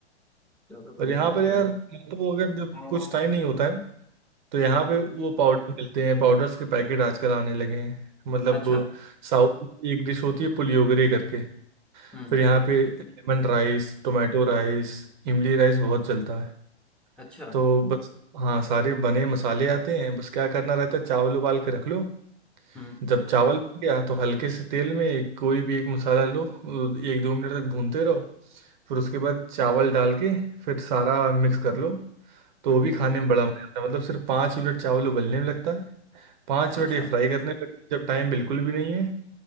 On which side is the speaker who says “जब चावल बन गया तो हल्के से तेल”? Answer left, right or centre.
Right